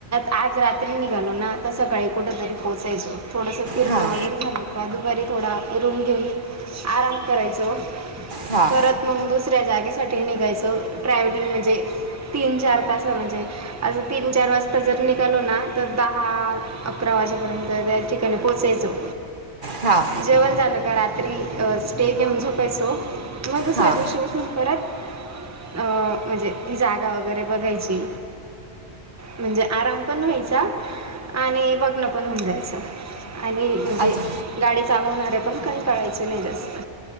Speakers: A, on the right; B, on the right.
A: आज रात्री निघालो ना तर संकाळी कुठं तरी पोचायचो. थोडंसं फिरणं
B: हां
A: वगैरे झालं का दुपारी थोडा रुम घेऊन आराम करायचो.
B: हां
A: परत मग दुसऱ्या जागे साठी निघायचो ट्रॅव्हलिंग म्हणजे तीन चार तास म्हणजे अस तीन चार जर निघालो ना तर दहा अकरा वाजेपर्यंत त्या ठिकाणी पोहोचायचो.
B: हां
A: जेवण झाल का रात्री स्टे घेऊन झोपायचो. किंवा दुसऱ्या
B: हां
A: दिवशी उठून परत अं म्हणजे ती जागा वगैरे बघायची. म्हणजे आराम पण व्हायचा आणि बघन पण होऊन जायच. आणि म्हणजे
B: अच्छा
A: गाडी चालवणारे पण काही कळायचे नाही जास्त.